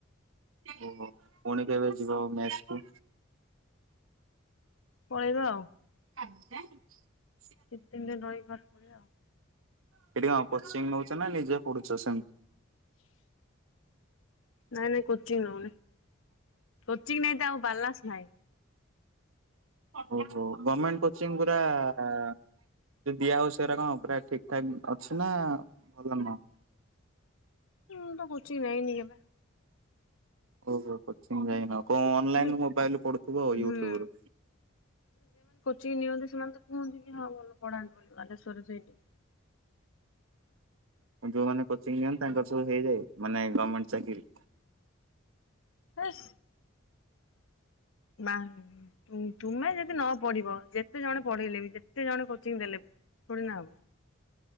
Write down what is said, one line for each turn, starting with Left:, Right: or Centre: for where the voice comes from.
Right: ଓହୋଃ ପୁଣି କେବେ ଯିବ ମେସକୁ?
Left: ପଳେଇବା ଆଉ।
Right: ଆଜ୍ଞା <unintelligible>
Left: କିଛି ଦିନ ରହି ଘରେ ପଳେଇବା ଆଉ
Right: ସେଠି କଣ କୋଚିଙ୍ଗ୍ ନେଉଛ ନା ନିଜେ ପଢୁଛ ସେମ୍?
Left: ନାଇଁ ନାଇଁ କୋଚିଂ ନଉନି, କୋଚିଂ ନେଇତେ ଆଉ ବାଲାନ୍ସସ ନାହିଁ।
Right: ଓହୋଃ ଗମେଣ୍ଟ୍ କୋଚିଙ୍ଗ୍ ପୁରାଆ-ଆ-ଆ ଦିଆ ହଉଚି଼ ସେରା କଣ ପୁରା ଠିକଠାକ୍ ଅଛି ନା ଭଲ ନୁହଁ?
Left: ମୁଁ ତ କୋଚିଂ ନେଇନି କେବେ।
Right: ଓ ହୋ କଚିଂ ଯାଇନ? କଣ ଅନଲାଇନ୍
Left: କିନ୍ତୁ
Right: ମୋବାଇଲ୍ ରୁ ପଡୁଥିବ ୟୁଟୁବ୍
Left: ହୁଁ।
Right: ରୁ।
Left: ଚିଂ ନିଅନ୍ତି ସେମାନେ ତ କୁହନ୍ତି କି ହଁ ଭଲ ପଢାନ୍ତି ବୋଲି ବାଲେଶ୍ଵରରେ ସେଇଠି।
Right: ଯୋଉମାନେ କୋଚିଂ ନିଅନ୍ତି ତାଙ୍କର ସବୁ ହେଇଯାଏ ମାନେ ଗମେଣ୍ଟ୍ ଚାକିରି।
Left: ହେସ୍। ମା ତୁମେ ଯଦି ନ ପଢିବ ଯେତେ ଜଣ ପଢେଇଲେ ବି ଯେତେ ଜଣେ କୋଚିଂ ଦେଲେ ବି ଥୋଡିନା ହବ।